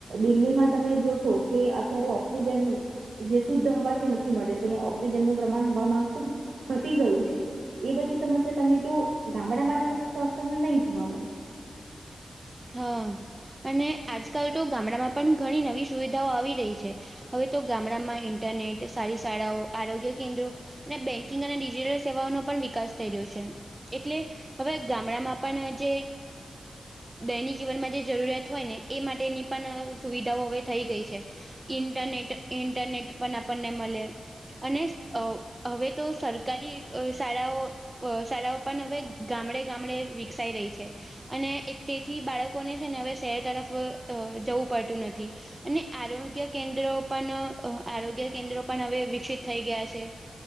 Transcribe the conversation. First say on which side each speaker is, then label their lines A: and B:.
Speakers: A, on the right; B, on the right.
A: દિલ્હીમાં તમે જોશો કે અત્યારે ઓક્સિજન જે શુદ્ધ હવાથી નથી મળે અહીં ઓક્સિજનનું પ્રમાણ હવામાં ખુબ ઘટી ગયું છે એ બધી સમસ્યા તમે જો ગામડામાં જ તમને નહી જોવા મડે.
B: હા અને આજકાલ તો ગામડામાં પણ ઘણી નવી સુવિધાઓ આવી રહી છે. હવે તો ગામડામાં ઇન્ટરનેટ સારી શાળાઓ આરોગ્ય કેન્દ્રો અને બેન્કિંગ અને ડિજિટલ સેવાનો પણ વિકાસ થઈ રહ્યો છે. એટલે હવે ગામડામાં પણ જે દૈનિક જીવનમાં જે જરૂરિયાત હોય ને એ માટેની પણ સુવિધાઓ હવે થઈ ગઈ છે. ઇન્ટરનેટ ઇન્ટરનેટ પણ આપણને મળે. અને હવે તો સરકારી શાળાઓ અ શાળાઓ પણ હવે ગામડે ગામડે વિકસાઈ રહી છે અને તેથી બાળકોને છે ને હવે શહેર તરફ જવું પડતું નથી. અને આરોગ્ય કેન્દ્રો પણ આરોગ્ય કેન્દ્રો પણ હવે વિકસિત થઈ ગયા છે.